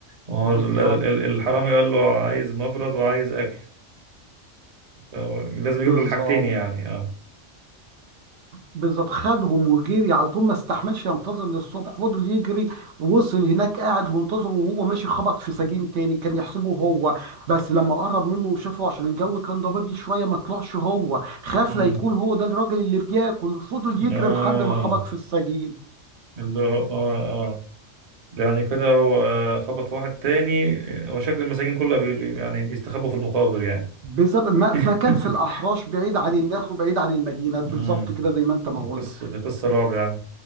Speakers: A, on the right; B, on the right.
A: هو
B: بالظبط
A: ال- ال- الحرامي قال له عايز مبرد وعايز أكل آه، لازم
B: بالظبط
A: يجيب له الحاجتين يعني اه
B: بالظبط خدهم وجري على طول ما استحملش ينتظر للصبح فضل يجري وصل هناك قاعد منتظره وهو ماشي خبط في سجين تاني كان يحسبه هو بس لما قرب منه وشافه عشان الجو كان ضبابي شويه ما طلعش هو خاف
A: مم.
B: لا يكون هو ده الراجل اللي بياكل فضل يجري
A: اه
B: لحد ما خبط في السجين
A: اللي هو اه اه يعني كده هو خبط في واحد تاني هو شكل المساجين كلها بي بي- يعني بيستخبوا في المقابر يعني
B: بالظبط ما
A: <laughs>
B: ما كان في الاحراش بعيد عن الناس وبعيد عن المدينه
A: مم.
B: بالظبط كده زي ما انت
A: دي
B: ما
A: قصة
B: قلت
A: دي قصة رعب يا عم